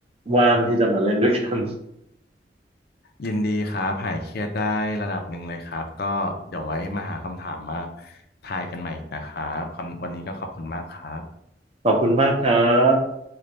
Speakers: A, on the right; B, on the left.
A: ว่างที่จะมาเล่นด้วยกัน
B: ยินดีครับหายเครียดได้ระดับหนึ่งเลยครับก็เดี๋ยวไว้มาหาคำถามมาทายกันใหม่อีกนะครับคอนวันนี้ก็ขอบคุณมากครับ
A: <laughs> ขอบคุณมากครับ